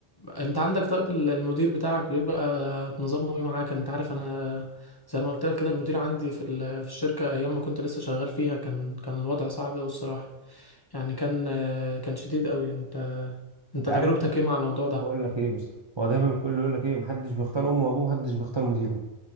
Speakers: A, on the left (about 25°); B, on the right (about 30°).
A: انت عندك طيب ال- المدير بتاعك بيبقى نظامه ايه معاك انت عارف انا زي ما قلت لك كده المدير عندي في ال- في الشركة ايام ما كنت لسه شغال فيها كان كان الوضع صعب أوي الصراحة يعني كان آه، كان شديد أوي انت انت
B: انت عارف
A: تجربتك ايه مع الموضوع ده
B: اقول لك ايه بس هو دايما الكل يقول لك ايه محدش بيختار امه وابوه محدش بيختار مديره